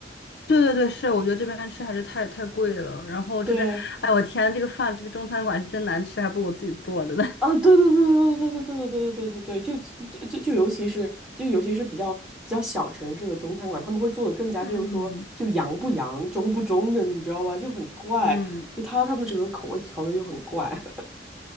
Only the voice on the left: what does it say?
对对对，是，我觉得这边吃还是太太贵了，然后这边，
哎，我天，这个饭，这个中餐馆是真难吃，还不如我自己做的呢。
<laughs> 嗯
嗯，